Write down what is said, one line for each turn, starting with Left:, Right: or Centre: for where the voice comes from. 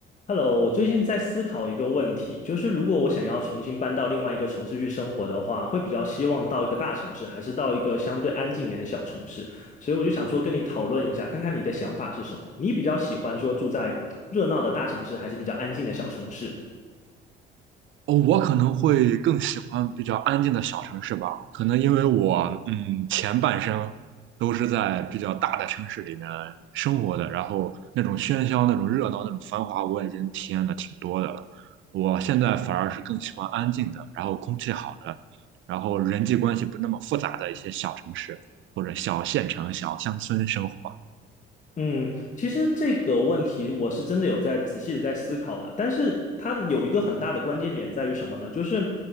Left: Hello，我最近在思考一个问题，就是如果我想要重新搬到另外一个城市去生活的话，会比较希望到一个大城市，还是到一个相对安静一点的小城市？所以我就想说跟你讨论一下，看看你的想法是什么。你比较喜欢说住在热闹的大城市，还是比较安静的小城市？
Right: 哦，我可能会更喜欢比较安静的小城市吧，可能因为我嗯前半生都是在比较大的城市里面生活的，然后那种喧嚣、那种热闹、那种繁华，我已经体验的挺多的了。我现在反而是更喜欢安静的，然后空气好的，然后人际关系不那么复杂的一些小城市或者小县城、小乡村生活。
Left: 嗯，其实这个问题我是真的有在仔细的在思考的，但是它有一个很大的关键点在于什么呢？就是